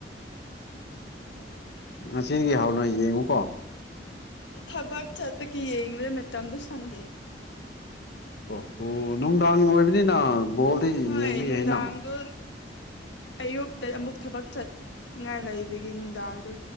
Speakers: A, on the left (about 65°); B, on the left (about 80°).
A: ꯉꯁꯤꯗꯒꯤ ꯍꯥꯎꯅ ꯌꯦꯡꯉꯨꯀꯣ
B: ꯊꯕꯛ ꯆꯠꯄꯒꯤ ꯌꯦꯡꯕꯗ ꯃꯇꯝꯗꯣ ꯁꯪꯗꯦ
A: ꯑꯣꯍꯣ ꯅꯨꯡꯗꯥꯡ ꯑꯣꯏꯕꯅꯤꯅ ꯕꯣꯜꯗꯤ
B: ꯍꯣꯏ
A: ꯌꯦꯡꯕ
B: ꯅꯨꯡꯗ
A: ꯌꯥꯏꯅ
B: ꯍꯪꯗ ꯑꯌꯨꯛꯇ ꯑꯃꯨꯛ ꯊꯕꯛ ꯆꯠꯉꯥꯏ ꯂꯩꯕꯒꯤ ꯅꯨꯡꯗꯥꯡꯗꯨ